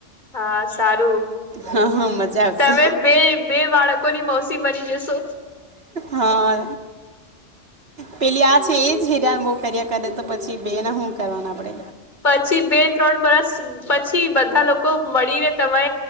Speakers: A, on the left; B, on the right.
A: હા સારું
B: હા હા મજા આવશે
A: તમે બે બે બાળકોની મોસી મોસી બની જસો
B: હા. પેલી આ છે એજ હેરાન બહુ કર્યા કરે તો પછી બે ના હુ કરવાનું આપડે
A: પછી બે ત્રણ વરસ પછી બધા લોકો મળીને તમે